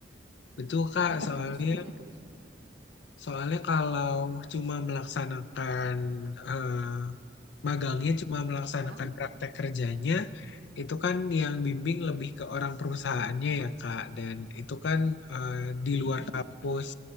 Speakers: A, on the left (about 70°); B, on the right (about 70°).
A: Betul
B: Apa
A: Kak,
B: gimana
A: soalnya
B: tuh si karya tulisnya tuh?
A: soalnya kalau cuma melaksanakan eh, magangnya cuma melaksanakan
B: Magang?
A: praktek kerjanya, itu kan yang bimbing lebih ke orang perusahaannya ya Kak, dan itu kan eh, di luar
B: Mm-mm.
A: kampus.